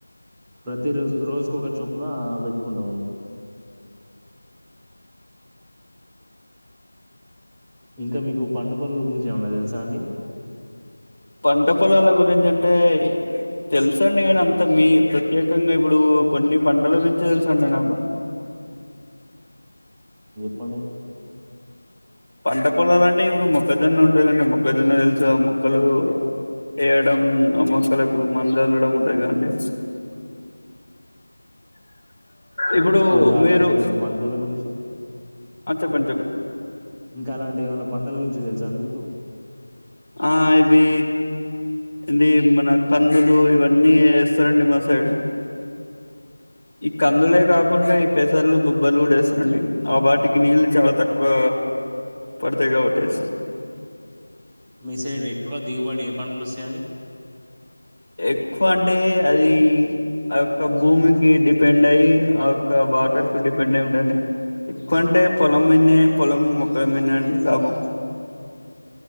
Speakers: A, in the centre; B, on the left.
A: ప్రతి రోజు రోజుకొకరు చొప్పున పెట్టుకుంటాం అండి ఇంకా మీకు పంట పోలాల గురించి ఏమనా తెలుసా అండి
B: పంట పొలాల గురించి అంటే తెలుసండి కానీ అంత మీ ప్రత్యేకంగా ఇప్పుడు కొన్ని పంటల గురించే తెలుసండి నాకు
A: పణ
B: పంట పొలాలంటే ఇప్పుడు మొక్కజొన్న ఉంటాందిండి మొక్కజొన్న తెలుసు ఆ మొక్కలు వేయడం ఆ మొక్కలకు మందు చల్లడం ఉంటది కదండి
A: <inaudible>
B: ఇప్పుడు
A: ఇంకా
B: మీరు
A: అలాంటి ఎమన్న పంటల గురించి
B: ఆ చెప్పండి చెప్పండి
A: ఇంకా అలాంటి ఏమైన్నా పంటల గురించి తెలుస జన్మకు
B: ఆ ఇది ఇది మన కందులు ఇవన్నీ వేస్తారండి మా సైడు ఈ కందులే కాకుండా ఈ పెసర్లు బొబ్బలు వడేస్తారంండి ఆ వాటికి నీళ్లు చాలా తక్కువ పడతాయిగాబట్టేస్తారు
A: మీ సైడ్ ఎక్కు దిగుబడి ఏ పంటలు వస్తాయండి
B: ఎ క్కువ అంటే అది ఆ యొక్క భూమికి డి డిపెండ్ అయ్యి ఆ యొక్క వాటర్ కు డిపెండ్ అయి ఉండండి ఎక్కువ అంటే పొలం మిన్న పొలము మొక్కలమీన్నే అండి లాభం